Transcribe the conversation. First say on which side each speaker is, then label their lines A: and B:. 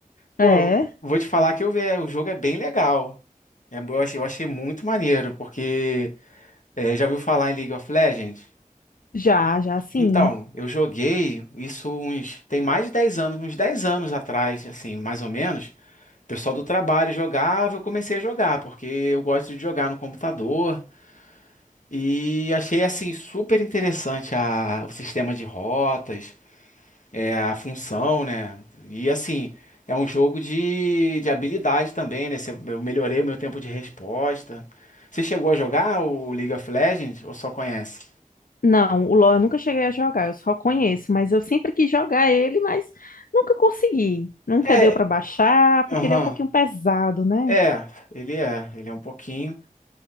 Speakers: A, on the left (about 65°); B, on the left (about 85°).
A: Pô,
B: É?
A: vou te falar que eu, é, o jogo é bem legal. É, eu achei, eu achei muito maneiro, porque é, já ouviu falar em League of Legends?
B: Já, já sim.
A: Então, eu joguei isso uns, tem mais de 10 anos, uns 10 anos atrás, assim, mais ou menos. O pessoal do trabalho jogava, eu comecei a jogar, porque eu gosto de jogar no computador. E achei, assim, super interessante a, o sistema de rotas, é, a função, né? E, assim, é um jogo de, de habilidade também, né? Você- Eu melhorei o meu tempo de resposta. Você chegou a jogar o League of Legends ou só conhece?
B: Não, o LoL eu nunca cheguei a jogar, eu só conheço, mas eu sempre quis jogar ele, mas nunca consegui. Nunca
A: É,
B: deu pra baixar, porque
A: aham.
B: ele é um pouquinho pesado, né?
A: É, ele é, ele é um pouquinho,